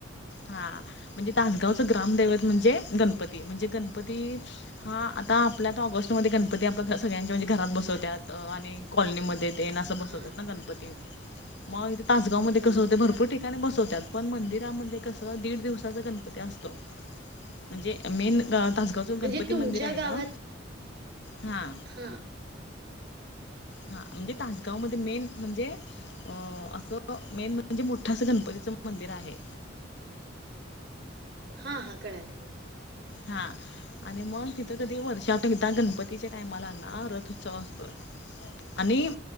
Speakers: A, on the left (about 60°); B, on the right (about 60°).
A: हा म्हणजे तासगावचं ग्रामदैवत म्हणजे
B: हं.
A: गणपती म्हणजे गणपती हा आता आपल्या तर ऑगस्टमध्येध्ये गणपती आपल्या सगळ्यांच्या म्हणजे घरात बसवतात आणि कॉलनीमध्ये न असं बसवत
B: हां.
A: ना गणपती मग इथे तासगाव मध्ये
B: हं.
A: कसं होते भरपूर टिक ठिका बसवत पण मंदिराध स दीड दिवसाचा गणपती असतो म्हणजे मेन
B: हां.
A: तासगावच
B: म्हणजे
A: गणपती
B: तुमच्या
A: मंदिर आहे
B: गावात
A: ना हां
B: हां. <unintelligible>
A: हा म्हणजे तासगाव मध्ये मेन म्हणजे अ असं मेन म्हणजे मोठं असं गणपतीचं मंदिर आहे.
B: हा हा कळाल.
A: हा. आणि मग तिथं कधी वर्ष <unintelligible> गणपतीच्या टाइमाला ना, रथ उत्सव असतोय. आणि